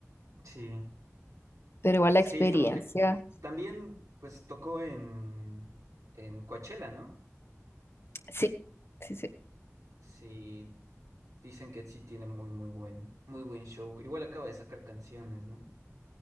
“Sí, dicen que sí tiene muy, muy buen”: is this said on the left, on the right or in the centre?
Right